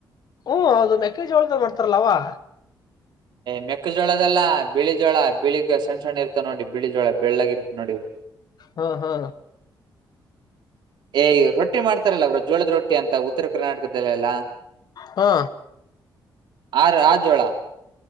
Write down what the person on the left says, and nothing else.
ಹ್ಮ ಅದು ಮೆಕೇಜೊಳದ ಮಾಡ್ತಾರಲ್ಲವವಾ
ಹಾ ಹಾ
ಹಾ